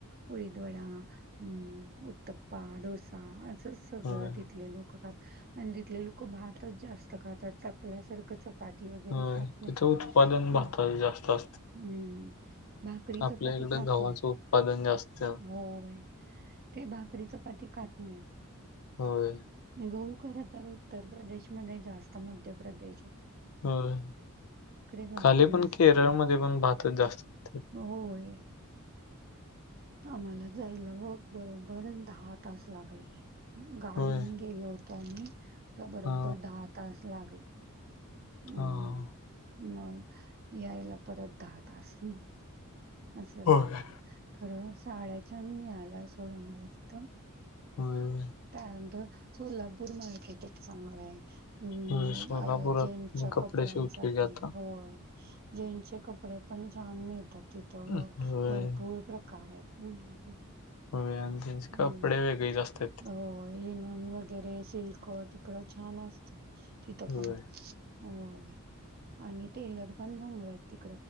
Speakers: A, on the right; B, on the left.
A: उडीद वडा हम्म उत्तप अ डोसा असं सगळं
B: होय
A: तिथले लोक आणि तिथले लोक भातच जास्त खातात, आपल्यासारखं च चपाती वगैरे
B: होय
A: खात नाहीत
B: तिथं उत्पादन भाताचं
A: म
B: जास्त असतं.
A: हम्म भाकरी
B: आपल्या
A: चपाती
B: इकडं
A: खात
B: गव्हाचं
A: नाहीत.
B: उत्पादन जास्त
A: होय ते भाकरी, चपाती खात हम्म.
B: होय
A: गहूं खर तर उत्तर प्रदेशमध्ये जास्त मध्यप्रदेश
B: होय,
A: भाकरीच
B: खाली पण केरळमध्ये पण भाताच जास्त खातात
A: होय. आम्हाला जायला बघ बरोबर दहा तास लागले. गाडीने
B: होय
A: गेलो होत. पाणी... तर बरोबर
B: हा.
A: दहा तास लागले. हम्म
B: हा हा.
A: मग यायला परत दहा तास. अस झालं
B: होय
A: खर साड्या छान मि मला सोडा मला तिथं,
B: होय होय
A: त्या द सोलापूर मार्केट आहे. चागल हाय, म्
B: होय सोलापुरात
A: जे च्या
B: मी कपडे
A: कपड्यांसाठी
B: शिवतोय की आता
A: होय. जेंट्सचे कपडे पण छान मिळतात. तिथं
B: होय
A: भरपूर प्रकार आहेत. हम्म ह.
B: होय आणि त्यांचे
A: हम्म
B: कपडे वेगळेच असतात.
A: अ लिनोन वगैरे सिल्क वैग तिकडं छान असतय. तथं
B: होय
A: पण होय, आणि टेलर पण चांगलाय ते.